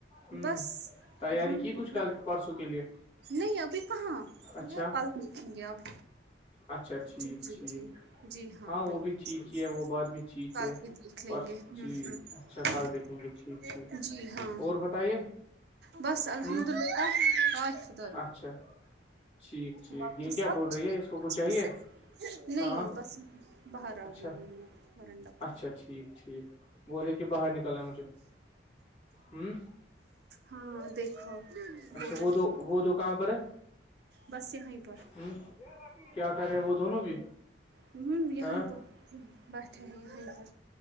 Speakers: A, on the left; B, on the right.
A: ہ
B: بس
A: تیاری
B: الحمد
A: کی
B: للہ
A: کچھ کل پرسوں کے لیے
B: نہیں ابھی کہاں
A: اچھا
B: پل دیکھیں گے اپ
A: اچھا ٹھیک
B: جی جی
A: ٹھیک
B: جی جی ہاں
A: وہ
B: بالکل
A: بھی ٹھیک ہی ہے وہ بات بھی ٹھیک
B: کل
A: ہے
B: ہی دیکھ
A: پرس
B: لیں گے ہ
A: جی اچھا کل دیکھیں گے ٹھیک
B: ہ
A: ٹھیک
B: جی ہاں
A: اور بتائیے
B: بس الحمد
A: ہ
B: للہ ہا خد
A: اچھا ٹھیک ٹھیک
B: باقی
A: یہ کیا
B: سب
A: بول رہی
B: ٹھیک
A: ہے اس کو
B: اچے
A: کچھ چاہیے
B: سے نہیں
A: ہاں
B: بس باہر
A: اچھا
B: آگئے بلیے مرڈپ
A: اچھا ٹھیک ٹھیک وہ دیکھیے باہر نکلنا ہے مجھے ہ
B: ہاں دیکھو
A: اچھا
B: بول رہی
A: وہ
B: تھی،
A: تو وہ تو کہاں پر ہے
B: بس یہیں پر
A: ہ کیا کرے وہ دونوں بھی
B: ہ یہیں
A: ہاں
B: پر بیٹھے ہیں یہیں پر